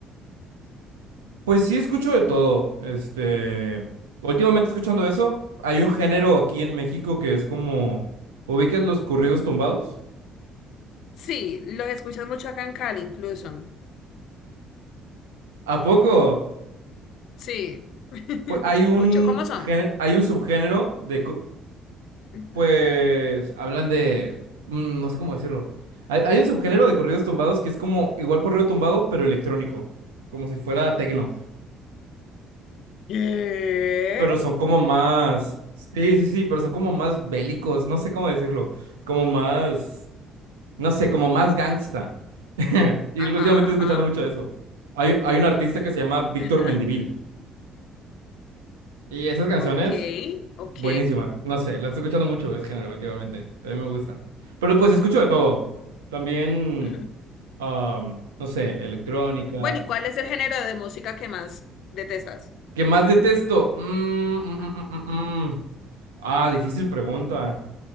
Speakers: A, on the right; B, on the left.
A: Pues sí, escucho de todo. Este, últimamente escuchando eso, hay un género aquí en México que es como, ¿ubicas los corridos tumbados?
B: Sí, lo escuchas mucho acá en Cali, incluso.
A: ¿A poco?
B: Sí, <laughs>
A: Pues hay un
B: mucho. ¿Cómo son?
A: géne- hay un subgénero de, co-
B: Ujú.
A: pues, hablan de, mm, no sé cómo decirlo. Hay, hay un subgénero de corridos tumbados que es como igual corrido tumbado, pero electrónico, como si fuera tecno.
B: ¿Qué?
A: pero son como más, sí, sí, sí, pero son como más bélicos, no sé cómo decirlo, como más, no sé, como más gangsta. <laughs> Y
B: Ajá,
A: últimamente estoy
B: ajá.
A: escuchando mucho eso. Hay, hay un artista que se llama Víctor
B: <laughs>
A: Mendivil y esas canciones,
B: Ok, ok.
A: buenísimas, no sé, las estoy escuchando mucho ese género últimamente, también me gusta. Pero pues escucho de todo, también,
B: Ujú.
A: am, no sé, electrónica.
B: Bueno, ¿y cuál es el género de música que más detestas?
A: ¿Qué más detesto? Mm, mm,
B: Mm.
A: mm, mm, mm, mm. Ah, difícil pregunta.